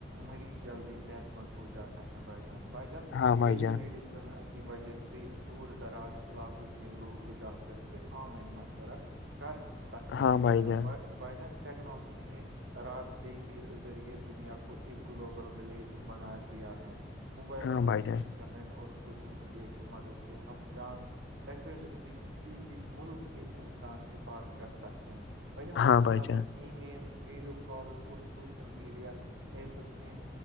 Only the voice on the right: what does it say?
مریض جلدی صحت مند ہو جاتا ہے بائی جان بائیجان
ٹیلی
میڈیسن کی وجہ سے دور دراز علاقوں کے لوگ بھی ڈاکٹر سے آن لائن مشورہ کر سکتے
ہیں بھجن
بجان ٹیکنالوجی نے رابطے کے ذریعے دنیا کو ایک گلوبل ولیج بنا دیا ہے موبائل
فونز
انٹرنیٹ اور سوشل میڈیا کی مدد سے ہم چاند سیکنڈس میں کسی بھی ملک کے انسان سے بات کر سکتے ہیں ب
واٹس
ایپ
ای میل ویڈیو کالز اور سوشل میڈیا ایپس نے